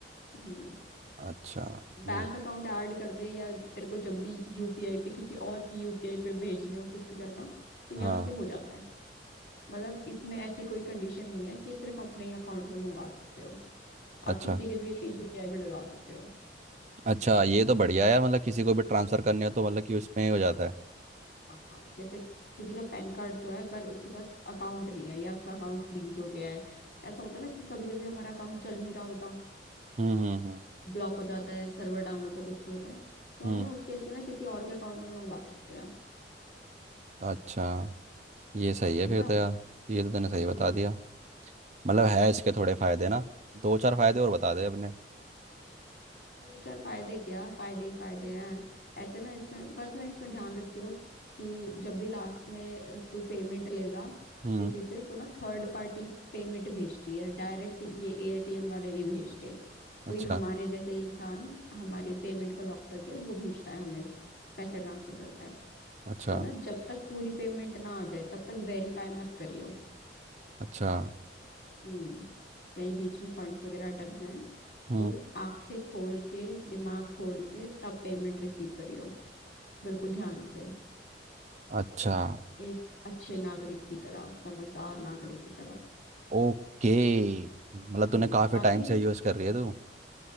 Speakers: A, on the left (about 60°); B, on the right (about 40°).
A: हम्म
B: अच्छा
A: बैंक
B: ये
A: अकाउंट ऐड कर दे या तेरे को जब भी यूपीआई पे किसी और की यूपीआई पे भेजने हो कुछ भी करना हो तो यहाँ
B: हाँ
A: से हो जाता है मतलब इसमें ऐसी कोई कंडीशन नहीं है कि सिर्फ अपने अकाउंट में मंगवा सकते हो
B: अच्छा
A: आप किसी के भी यूपीआई में डलवा सकते हो
B: अच्छा ये तो बढ़िया है यार मतलब किसी को भी ट्रांसफ़र करने हो तो मतलब कि उसमें ही हो जाता है
A: हाँ जैसे किसी का पैन कार्ड तो है पर उसके पास अकाउंट नहीं है या उसका अकाउंट फ्रीज हो गया है ऐसा होता है ना कि कभी कभी हमारा अकाउंट चल नहीं रहा होता
B: हम्म हम्म हम्म
A: ब्लॉक हो जाता है सर्वर डाउन होता है कुछ भी होता है तो
B: हम्म,
A: हम ना उसके इसमें ना किसी और के अकाउंट में मंगवा सकते हैं
B: अच्छा ये सही
A: समझा
B: है फिर तो यार ये तो तूने सही बता
A: हम्म
B: दिया मतलब है इसके थोड़े फायदे
A: अरे
B: ना दो चार फायदे और बता दे अपने
A: दो चार फायदे क्या फायदे ही फायदे हैं ऐसे ना इसमें बस ना इसमें ध्यान रखियो कि जब भी लास्ट में अ, तू पेमेंट लेगा
B: हम्म
A: किसी से तो ना थर्ड पार्टी पेमेंट भेजती है डायरेक्ट ये एटीएम वाले नहीं भेजते
B: अच्छा
A: कोई हमारे जैसे ही इंसान हमारी पेमेंट को लॉक करके वो भेजता है हमें पैसे ट्रांसफर करता है
B: अच्छा
A: तो ना जब तक पूरी पेमेंट ना आ जाए तब तक वेरीफाई मत करियो
B: अच्छा
A: हम्म कहीं बीच में फंड्स वगैरह अटक जाए
B: हम्म
A: तो आंखें खोल के दिमाग खोल के तब पेमेंट रिसीव करियो बिल्कुल ध्यान से
B: अच्छा
A: एक अच्छे नागरिक की तरह समझदार नागरिक की तरह
B: ओके मतलब
A: हम्म,
B: तूने काफ़ी
A: बाकी
B: टाइम से यूज़ कर रही है तू